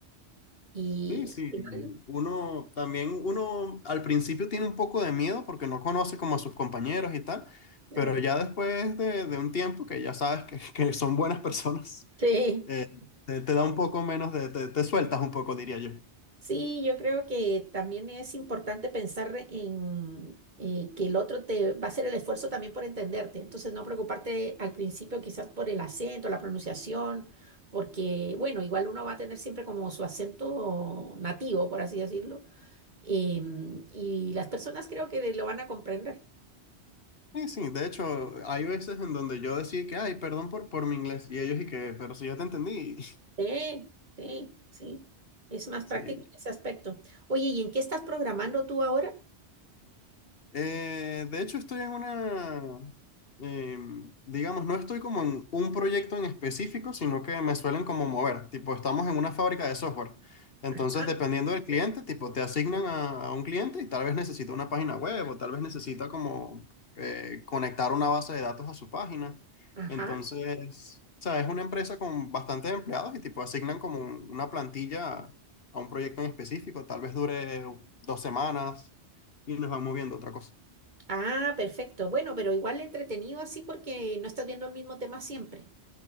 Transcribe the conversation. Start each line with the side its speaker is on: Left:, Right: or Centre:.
Right: Y
Left: Sí, sí,
Right: al final,
Left: y uno también, uno al principio tiene un poco de miedo porque no conoce como a sus compañeros y tal,
Right: claro.
Left: pero ya después de, de un tiempo que ya sabes que, <laughs> que son buenas personas,
Right: <laughs>
Left: eh,
Right: Sí.
Left: te, te da un poco menos de, te, te sueltas un poco, diría yo.
Right: Sí, yo creo que también es importante pensar en eh, que el otro te va a hacer el esfuerzo también por entenderte. Entonces, no preocuparte al principio quizás por el acento, la pronunciación, porque, bueno, igual uno va a tener siempre como su acento nativo, por así decirlo. em, y las personas creo que lo van a comprender.
Left: Sí, sí, de hecho, hay veces en donde yo decía que, ay, perdón por, por mi inglés, y ellos y que, pero si yo te entendí,
Right: Sí, sí, sí. Es más práctico
Left: <laughs> sí.
Right: en ese aspecto. Oye, ¿y en qué estás programando tú ahora?
Left: Eh, de hecho, estoy en una, em, digamos, no estoy como en un proyecto en específico, sino que me suelen como mover. Tipo, estamos en una fábrica de software. Entonces,
Right: Ajá,
Left: dependiendo del cliente,
Right: sí,
Left: tipo, te asignan a, a un cliente y tal vez necesita una página web o tal vez necesita como eh, conectar una base de datos a su página.
Right: ajá.
Left: Entonces, o sea, es una empresa con bastantes empleados y tipo, asignan como un- una plantilla a a un proyecto en específico. Tal vez dure dos semanas y nos van moviendo a otra cosa.
Right: Ah, perfecto. Bueno, pero igual entretenido así porque no estás viendo el mismo tema siempre.